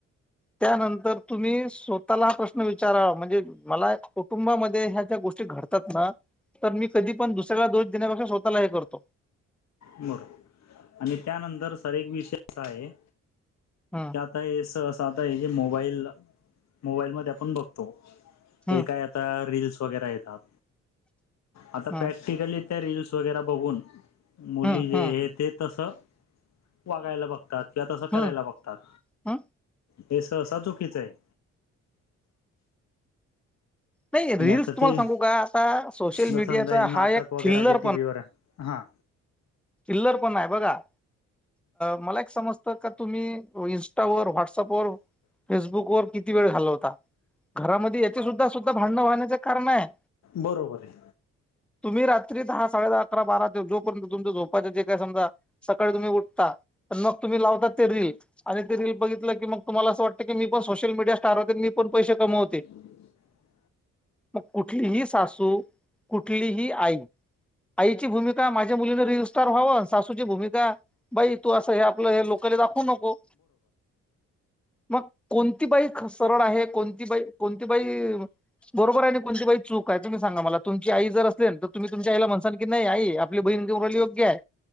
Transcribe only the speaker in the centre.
त्यानंतर तुम्ही स्वतःला हा प्रश्न विचारावा म्हणजे मला कुटुंबामध्ये ह्या ज्या गोष्टी घडतात ना तर मी कधी पण दुस्याला दो देण्यापेक्षा स्वःला हे करतो.
हा.
हम्म
हम्म
हम्म
हम्म
हं
हं
नाही
रील्स
तुम्हाला
सांगू का आता सोशल
मीडियाचा हा
एक
थिल्लर
चिल्लर पण आहे बघा मला एक समजतं का तुम्ही इंस्टावर व्हॉट्स वर फेसबुकवर किती वेळ घालवता घरामध्ये याचे सुद्धा सुद्धा भांडंण होण्याचं कारण आहे.
तुम्ही रात्री दहा साडे दहा अकरा बारा ते जोपर्यंत तुमच्या झोपायचे जे काय समजा सकाळी तुम्ही उठता मग तुम्ही लावता ते रील. आणि ते रील बघितलं की मग तुमला अस वाटतं की मी पण सोशल मीडया स्टार होते मी पण पैसे कमवते.
मग कुठलीही सासू कुठलीही आई आईची भूमिका माझ्या मुलीने रील्स रील स्टार व्हाव सासूची भूमिका बाई तू हे असं आपलं हे ब ले दाखवू नको. मग कोणती बाई सरळ आहे कोणती बाई कोणती बाई बरोबर आहे ना कोणती बाई चूक तुम्ही सांगा मला. तुमची आई जर असल तर तुम्ही तुमच्या आईला म्हण नाही आई आपली बहीण बरोबरे